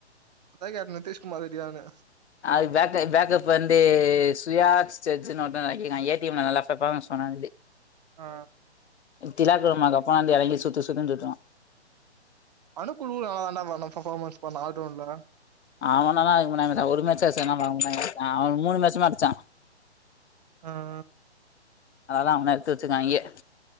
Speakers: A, on the right; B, on the left.
A: அதா யார் நிதிஷ்குமார்டாயானு
B: அது பேக்க பேக்கப் வந்து சுயாக் சர்ஜுன்னு ஒருத்தன் இறக்கிகான் ஏ டி எம்ல நல்லா ஃபர்பாமன்ஸ் பன்னானு சொல்லி <inaudible>
A: ஆ
B: திலாக்குமாகு அப்பறம் வந்து எறங்கி சுத்து சுத்துனு சுத்துவான்
A: அனு குழு நல்லா தான்டா பண்ணா ஃபர்ஃபாமன்ஸ் பண்ணா ஆல்ரவுன்ட்ல
B: அவனல்லா எதுவு பண்ணாதிங்கடா ஒரு மேச்சா அட்சா <unintelligible> அவ மூனு மேச்சுமே அடுச்சா <inaudible>
A: ஆ அ
B: அதால அவன எடுத்து வச்சுக்காங்யே